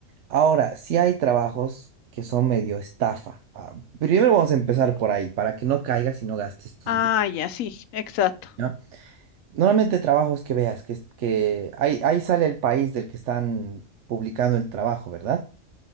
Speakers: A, on the right (about 65°); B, on the left (about 75°).
A: Ahora, sí hay trabajos que son medio estafa. Ah, primero vamos a empezar por ahí, para que no caigas y no gastes tus...
B: Ah,
A: vi-
B: ya, sí, exacto.
A: ¿Ya? Normalmente trabajos que veas, que, es- que ahí, ahí sale el país del que están publicando el trabajo, ¿verdad?